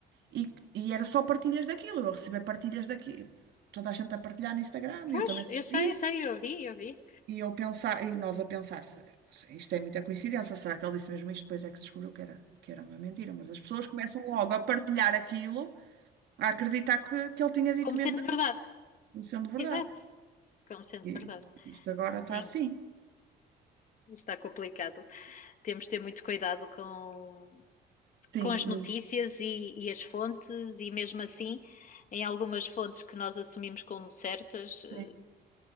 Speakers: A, on the right (about 70°); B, on the left (about 45°).
A: E, e era só partilhas daquilo. Eu recebi partilhas daquilo. Toda a gente a partilhar no Instagram,
B: Pois,
A: eu também recebi.
B: eu sei, eu sei, eu vi, eu vi.
A: E eu pensar, e nós a pensar, se- isto é muita coincidência, será que ele disse mesmo isto? Depois é que se descobriu que era, que era uma mentira, mas as pessoas começam logo a partilhar aquilo, a acreditar que, que ele tinha dito
B: Como
A: mesmo
B: sendo
A: aquilo,
B: verdade,
A: não sendo verdade.
B: exato, como sendo
A: E
B: verdade.
A: isto agora está assim.
B: Em Está complicado. Temos de ter muito cuidado com,
A: Sim,
B: com as
A: muito.
B: notícias e, e as fontes, e mesmo assim, em algumas fontes que nós assumimos como certas,
A: Sim,
B: eh,